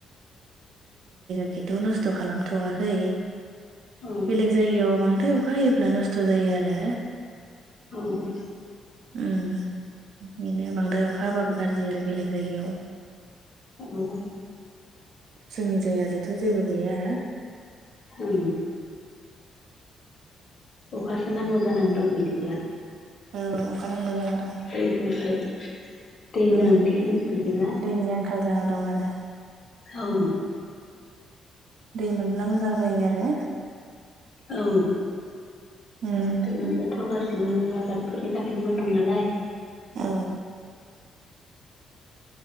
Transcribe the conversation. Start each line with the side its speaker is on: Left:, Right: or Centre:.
Right: खिथ' नस्थ' खालामथ'वाखै
Left: औ
Right: बेलेग जायगायाव बांद्राय अखा हायो प्ला नोसथ' जायो आरो
Left: औ
Right: ओम बेनो बांद्राय अखा हाबाबो गाज्रि आरो बेलेग जायगायाव
Left: उम
Right: सोंनि जायगा जथ' जेबो गैया।
Left: उ अखासो नांगौ जानानै दं बिदिब्ला।
Right: औ अखा नांगौ जाना दं
Left: दैखौसो दैनि
Right: उम
Left: गोनांथि बिदिब्ला
Right: दैनि आंखाल जाना दं आरो
Left: औ।
Right: दै मोनब्ला मोजां जायो आरो।
Left: औ
Right: उम
Left: दै मोनबाथ' गासिबो आबादफोरनि थाखायनो मोजां नालाय <inaudible>
Right: औ